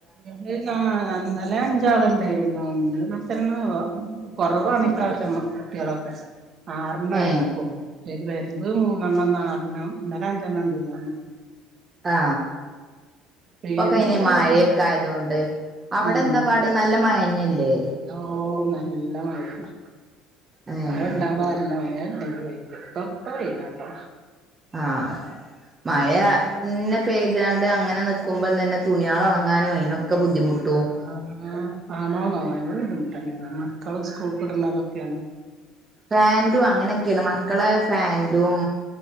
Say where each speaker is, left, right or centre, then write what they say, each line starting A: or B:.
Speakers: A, on the right; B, on the right.
A: ഇന് ആ ഇന്നലെ അഞ്ചാളുണ്ടായിരുന്നു ഇന്ന് ച്ചിരുന്ന് കൊറവ് വാണ് ഇപ്രാവശ്യം മൊത്തട്ടിയാളാ വേശ ആറണ്ണം
B: ഏ
A: ഏഴെണ്ണം ഒക്കെള്ളൂ പര് വരവ് മൂന്നെണ്ണം നാലെണ്ണം ഇന്നലെ അഞ്ചെണ്ണം ഉണ്ടെന്ന് പറഞ്ഞ്
B: ആ
A: പേരിന്
B: പപ്പൊക്കെയിനി
A: കുട്ടികളൊക്കെ
B: മഴയൊക്കെ
A: ഉണ്ട്
B: ആയതൊണ്ട് അവിടെ
A: ഉം
B: എന്താ പാട് നല്ല ന്ന മഴന്നെ അല്ലേ
A: ഓ നല്ല മഴേണ്
B: ഏഹ്
A: മയണ്ടാപാടില്ല മയ ഉണ്ടെങ്കി വൈറ്റ് ഇപ്പൊക്കോ വെയിലാ ട്ടോ
B: ആ മഴ പിന്നെ പെയ്താണ്ട് അങ്ങനെ നിക്കുമ്പം തന്നെ തുണിയള് ഒണങ്ങാനും അതിനൊക്കെ ബുദ്ധിമുട്ട്
A: ആ ആണോന്നോ ഭയങ്കര ബുദ്ധിമുട്ട് തന്നേണ് മക്കള് സ്കൂ തൊടുന്നതൊക്കെയാണ്
B: പാന്റും അങ്ങനൊക്കെയാണ് മക്കളെ ഫാൻ്റും